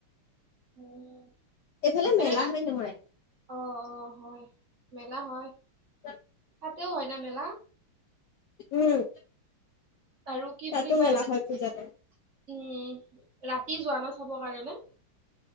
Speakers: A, on the right; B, on the left.
A: উম
B: এইফালে মেলা
A: এনে
B: হয় নহয়।
A: অ অ হয় মেলা হয়।
B: উ <unintelligible>
A: তাতেও হয় ন মেলা।
B: উম।
A: আৰু কি
B: তাতো
A: বুলি কয়
B: মেলা
A: উম,
B: হয় পূজাতে
A: ৰাটি। কি পোৱা না চাবৰ কাৰণে।